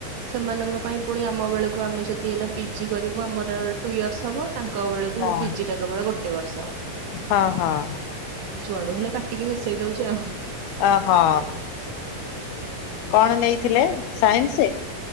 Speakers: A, on the right (about 70°); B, on the left (about 80°).
A: ସେମାନଙ୍କ ପାଇଁ ପୁଣି ଆମ ବେଳକୁ ଆମେ ଯଦି ଏଇନା ପିଜି କରିବୁ ଆମର ଟୁ ଇୟର୍ସ ହବ ତା ଙ୍କ ବେଳକୁ
B: ହଁ
A: ପିଜିଟା କେବେଳ ଗୋଟେ ବର୍ଷ।
B: ହଁ ହଁ।
A: ଯୁଆଡୁ ହେଲେ କାଟିକି ମିଶେଇ ଦୋଉଚି ଆଉ।
B: ଓହୋ କଣ ନେଇଥିଲେ ସାଇନ୍ସ?